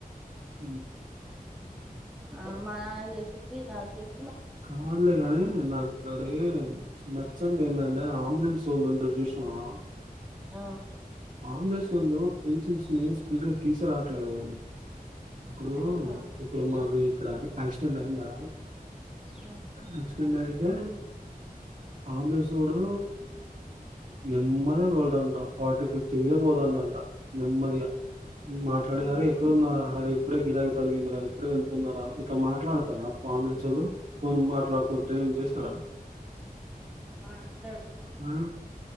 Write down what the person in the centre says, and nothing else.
ఆ మా నాన్న చేపితి నాకు చేపితి
ఆ
అవునా
ఆ
అవునా
అంత